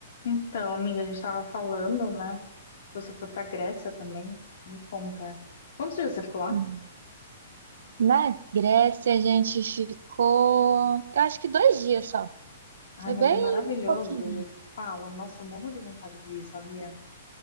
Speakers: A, on the left; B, on the right.
A: Então, amiga, a gente tava falando, né? Você foi pra Grécia também? Me conta. Quantos dias você ficou lá?
B: Hum. Na Grécia a gente ficou, eu acho que dois dias só.
A: Ai,
B: Foi
A: mas
B: bem
A: é maravilhoso
B: pouquinho.
A: do jeito que falam. Nossa, eu morro de vontade de ir, sabia?